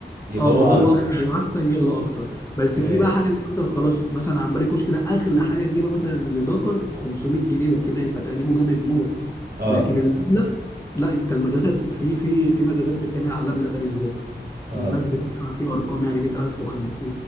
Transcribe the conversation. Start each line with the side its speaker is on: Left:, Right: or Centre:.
Right: يبقى
Left: اه
Right: هو
Left: موجوده
Right: اغلى
Left: اكتر واحسن يغلى اكتر بس
Right: تمام
Left: في بقى حاجه اللي مثلا خلاص مثلا عنبري كشك ده اغلى حاجه تجيبها مثلا لدكر 500 جنيه وكده يبقى تقليبه جامد موت
Right: اه
Left: لكن اللبلق لا انت المزادات في في في مزادات بتتعمل على اللبلق ده بالذات
Right: اه
Left: الناس بتدفع فيه ارقام يعني 100000 و50